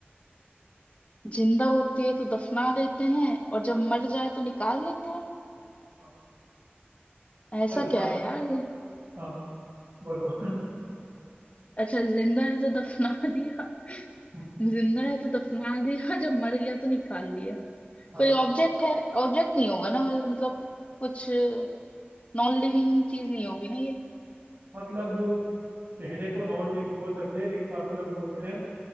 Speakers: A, on the left (about 35°); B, on the right (about 50°).
A: जिंदा होती है तो दफना देते हैं और जब मर जाए तो निकाल लेते हैं
B: हाँ
A: ऐसा
B: मतलब निकाल
A: क्या है यार
B: हाँ बोलो <laughs>
A: अच्छा जिंदा है तो दफना <laughs> दिया
B: हम्म,
A: जिंदा है तो दफना दिया जब मर गया तो निकाल लिया
B: हाँ
A: कोई ऑब्जेक्ट है ऑब्जेक्ट नहीं होगा ना मतलब कुछ नॉन लिविंग चीज नहीं होगी ना ये
B: मतलब कहने को नॉन लिविंग बोल सकते हैं लेकिन काफी लोग बोलते हैं